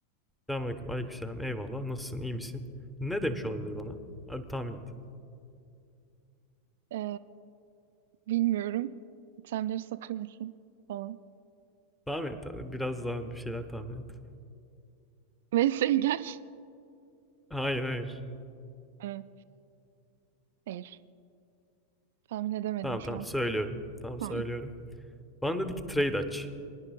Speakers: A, in the centre; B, on the right (about 55°).
A: Selamünaleyküm, aleykümselam, eyvallah. Nasılsın, iyi misin? Ne demiş olabilir bana? Hadi tahmin et.
B: E, bilmiyorum. İtemleri satıyor musun falan.
A: Tahmin et abi. Biraz daha bir şeyler tahmin et.
B: <laughs> Vs gel.
A: Hayır hayır.
B: Hı. Hayır. Tahmin edemedim
A: Tamam
B: şu
A: tamam
B: an.
A: söylüyorum. Tamam
B: Tamam.
A: söylüyorum. Bana dedi ki trade aç.